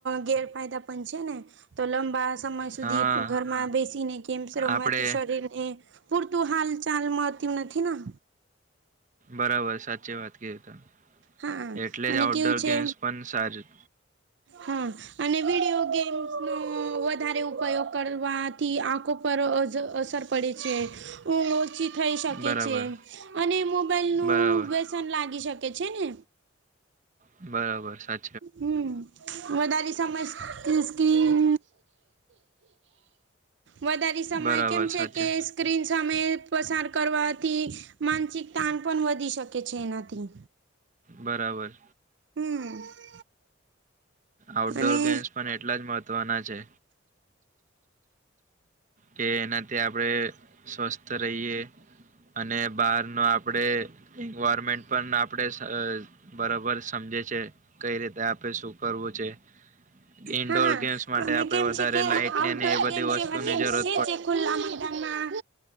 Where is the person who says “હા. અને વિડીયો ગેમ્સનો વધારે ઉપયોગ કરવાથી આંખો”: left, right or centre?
Right